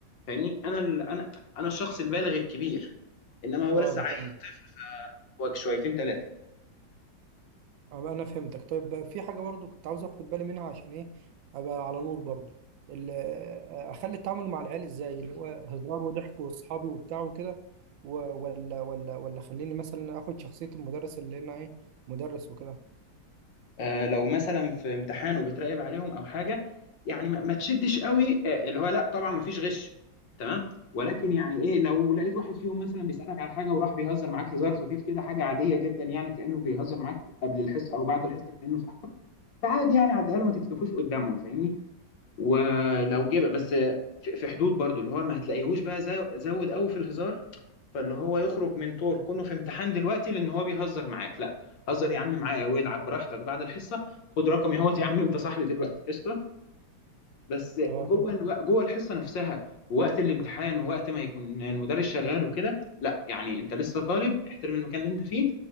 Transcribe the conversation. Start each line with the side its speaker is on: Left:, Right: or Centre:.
Left: فاهمني انا ال... انا انا الشخص البالغ الكبير انما هو
Right: اه
Left: لسه
Right: انا
Left: عيل
Right: فاهمك
Left: فوق شويتين ثلاثه
Right: آه، انا فهمتك طيب بقى في حاجه برضو كنت عاوز اخد بالي منها عشان ايه ابقى على نور برضو ال- آه، اخلي التعامل مع العيال ازاي اللي هو هزار وضحك واصحابي وبتاع وكده و- ولا ولا ولا خليني مثلا اخد شخصيه المدرس اللي انا ايه مدرس وكده
Left: آه لو مثلا في امتحان وبتراقب عليهم او حاجه يعني ما, ما تشدش قوي آه اللي هو لا طبعا ما فيش غش تمام ولكن يعني ايه لو لقيت واحد فيهم مثلا بيسالك على حاجه وراح بيهزر معاك هزار خفيف كده حاجه عاديه جدا يعني كانه بيهزر معاك قبل الحصه او بعد الحصه كانه صاحبك فعادي يعني عديها له ما تكسفوش قدامهم فاهمني ولو جه بس في في حدود برضو اللي هو ما هتلاقيهوش بقى زا- زود قوي في الهزار فاللي هو يخرج من طور كونه في امتحان دلوقتي لان هو بيهزر معاك لا هزر يا عم معايا والعب براحتك بعد الحصه خد رقمي اهوت يا عم انت صاحبي دلوقتي قشطه بس
Right: اه
Left: جوه الو... جوه الحصه نفسها ووقت الامتحان ووقت ما يكون المدرس شغال وكده لا يعني انت لسه طالب احترم المكان اللي انت فيه